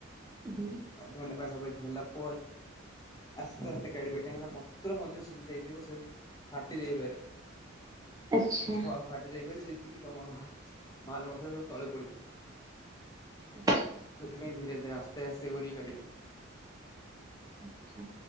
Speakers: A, on the right; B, on the left.
A: ହୁଁ।
B: ହଉ ଧନ୍ୟବାଦ ଭବଠ ହେଲା ପରେ ଆସ୍ତେ ଆସ୍ତେ କାଢିବେ କାହିଁି ନା ପତ୍ର ମଧ୍ୟ ସିଝି ଯାଇଥିବ ସେ ଫାଟି ଯାଇପାରେ।
A: ଆଚ୍ଛା
B: ଛ ଫାଟି ଯାଇପାରିବି ଯେତିକି ତମର ମାଲ ମଛ ସବୁ ତଳେ ପଡିଯିବ।
A: ଆଚ୍ଛା
B: ତ ତୁମେ ଧୀରେ ଧୀରେ ଆସତା ଆସେ ଗରି ଗାଡି
A: ଆଚ୍ଛା